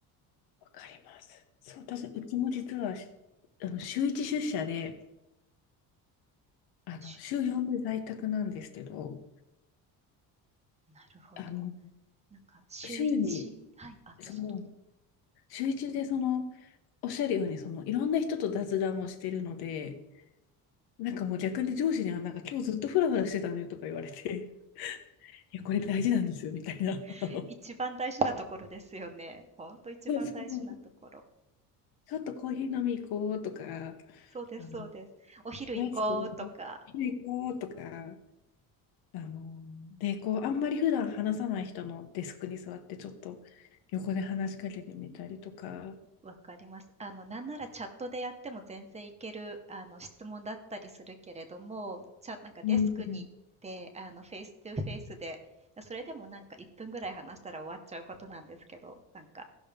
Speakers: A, on the left; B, on the right.
A: わかります。そう、私、うちも実は、しあの、週1出社で、あの、
B: す。
A: 週4で在宅なんですけど、
B: なるほど。
A: あの、
B: なんか週一はい、
A: 週に、
B: あ、
A: その、
B: どうぞどうぞ。
A: 週1でその、おっしゃるように、その、いろんな人と雑談をしてるので、なんかもう逆に上司には、なんか今日ずっとフラフラしてたねとか言われて、<laughs> いや、これ大事なんですよ、みたいな。<laughs>
B: <laughs>
A: あの
B: 一番大事なところですよね。ほんと一番大事なところ。
A: そうそうちょっとコーヒー飲み行こうとか、
B: そうですそうです。
A: あの、
B: お昼行こうとか、
A: おやつ食べに行こうとか、あの、で、こう、あんまり普段話さない人のデスクに座って、ちょっと横で話しかけてみたりとか、
B: わかります。あの、なんならチャットでやっても全然いける、あの、質問だったりするけれども、ちゃなんかデスクに行って、
A: うん、い
B: あの、フェイストゥフェイスで、それでもなんか1分ぐらい話したら終わっちゃうことなんですけど、なんか